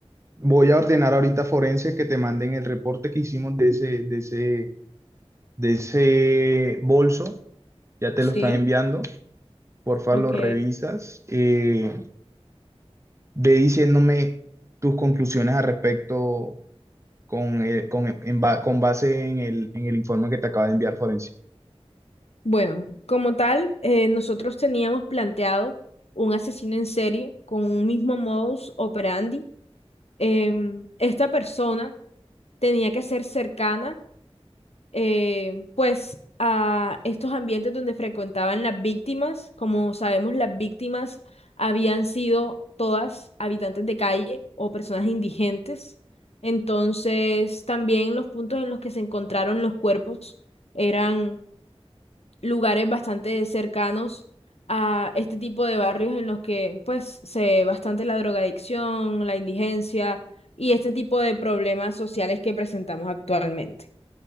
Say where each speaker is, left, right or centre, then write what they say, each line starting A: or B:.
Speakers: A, on the right; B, on the left.
A: voy a ordenar ahorita a Forense que te manden el reporte que hicimos de ese, de ese, de ese bolso. Ya te
B: Sí,
A: lo están enviando. Porfa,
B: ok.
A: lo revisas. Eh, ve diciéndome tus conclusiones al respecto con, eh, con, en ba- con base en el, en el informe que te acaba de enviar Forense.
B: Bueno, como tal, eh, nosotros teníamos planteado un asesino en serie con un mismo modus operandi. Em, esta persona tenía que ser cercana, eh, pues, a estos ambientes donde frecuentaban las víctimas. Como sabemos, las víctimas habían sido todas habitantes de calle o personas indigentes. Entonces, también los puntos en los que se encontraron los cuerpos eran lugares bastante cercanos a este tipo de barrios en los que pues se ve bastante la drogadicción, la indigencia y este tipo de problemas sociales que presentamos actualmente.